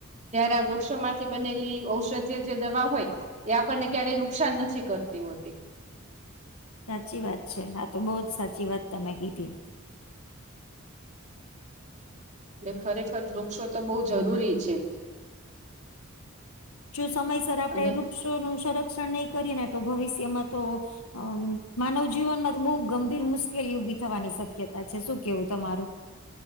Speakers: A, on the right; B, on the left.
A: જયારે આ વૃક્ષો માંથી બંને ઔષધય જે દવા હોય એ આપણને ક્યારેય નુકસાન નથી કરતી હોતી.
B: સાચી વાત છે. હા તો બહુ જ સાચી વાત તમે કીધી.
A: એટલે ખરેખર વૃક્ષો તો બહુ જરૂરી છે.
B: જો સમયસર આપડે
A: અને
B: વૃક્ષો ન સંરક્ષણ નહી કરીએ ને તો ભવિષ્યમાં તો અ માનવ જીવનમાં તો બહુ ગંભીર મુશ્કેલી ઊભી થવાની શક્યતા છે. શું કેવું તમારું?